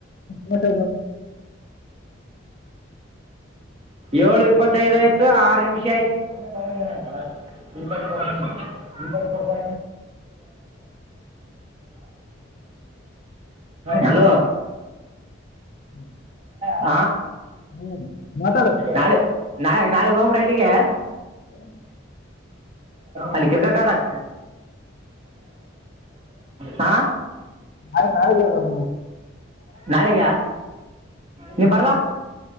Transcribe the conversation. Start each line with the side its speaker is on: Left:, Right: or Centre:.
Left: ಹಟ
Right: ಏಳು ಇಪ್ಪತ್ತದು ಆಯ್ತು ಆರು ನಿಮಿಷ ಆಯ್ತು ಕನೆ ಪಡಂಗ ನ ಕಪ ಕೊಡ ಕೊಡ್ತಾ ಹಲೋ
Left: ಹ್ಮ
Right: ಹ
Left: ಹ್ಮ್ ಮಾತಾಡು
Right: ನಾಳೆ ನಾ ನಾಳಗ್ ಗಂಬ್ರ ಅಲ್ಲಿಗೆ
Left: ಹ್ಮ್
Right: ಅಲ್ಲಿ ಕ್ರಿಕೆಟ್ ಆಡಕ್ ಹ
Left: ನಾಳೆ ನಾಳೆದವು
Right: ನಾಳಿಗೆ ನೀವು ಬರ್ಲ